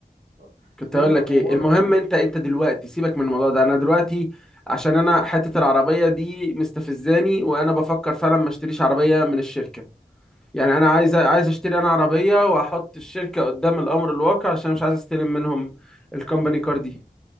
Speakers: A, on the right; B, in the centre.
A: آه.
B: كنت
A: المهم
B: اقول لك ايه
A: ومره
B: المهم انت انت دلوقتي سيبك من الموضوع ده انا دلوقتي عشان انا حتة العربية دي مستفزاني وانا بفكر فعلا ما اشتريش عربية من الشركة يعني انا عايز
A: اه
B: عايز اشتري انا عربيه واحط الشركه قدام الامر الواقع عشان مش عايز استلم منهم الكومباني كار دي